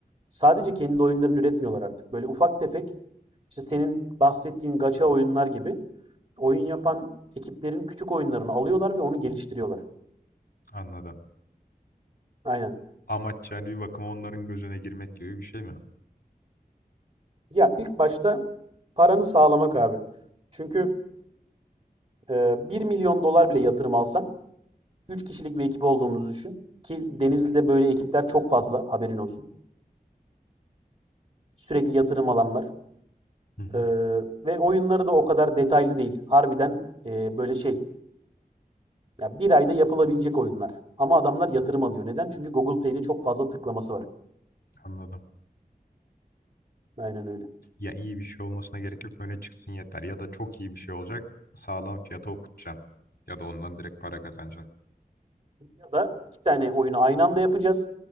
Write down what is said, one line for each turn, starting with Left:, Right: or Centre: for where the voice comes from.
Right: sadece kendi oyunlarını üretmiyorlar artık. Böyle ufak tefek işte senin bahsettiğin gacha oyunlar gibi oyun yapan ekiplerin küçük oyunlarını alıyorlar ve onu geliştiriyorlar.
Left: Anladım.
Right: Aynen.
Left: Amaç yani bir bakıma onların gözüne girmek gibi bir şey mi?
Right: Ya ilk başta paranı sağlamak abi. Çünkü e, 1 milyon dolar bile yatırım alsan Üç kişilik bir ekip olduğumuzu düşün. Ki Denizli'de böyle ekipler çok fazla haberin olsun. Sürekli yatırım alanlar.
Left: Hı hı,
Right: Ee, ve oyunları da o kadar detaylı değil. Harbiden e, böyle şey. Ya bir ayda yapılabilecek oyunlar. Ama adamlar yatırım alıyor. Neden? Çünkü Google Play'de çok fazla tıklaması var.
Left: anladım.
Right: Aynen öyle.
Left: Ya iyi bir şey olmasına gerek yok. Öne çıksın yeter. Ya da çok iyi bir şey olacak. Sağlam fiyata okutacaksın. Ya da ondan direkt para kazanacaksın.
Right: Ya da iki tane oyunu aynı anda yapacağız.